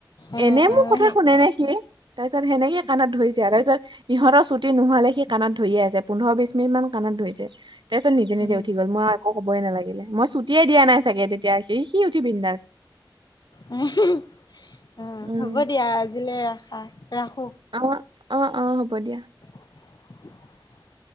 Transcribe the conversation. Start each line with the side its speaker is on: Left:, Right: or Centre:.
Left: অ',
Right: এনেই মোৰ
Left: অ'
Right: কথা
Left: সেই
Right: শুনে নে সি তাৰপিছত সেনেকে কাণত ধৰিছে আৰু তাৰপিছত ইহঁতৰ চুটি নোহোৱালে সি কাণত ধৰিয়ে আছে পোন্ধৰ বিচ মিনিট মান কাণত ধৰিছে। তাৰপিছত নিজে
Left: উম,
Right: নিজে উঠি গ'ল মই একো কবই নালাগিলে মই ছুটিয়ে দিয়া নাই চাগে তেতিয়া সি সি উঠি বিন্দাছ।
Left: উমহো হো অ
Right: উম
Left: হ'ব দিয়া আজিলে ৰাখা ৰাখো।
Right: অ, অ, অ হ'ব দিয়া।
Left: <unintelligible>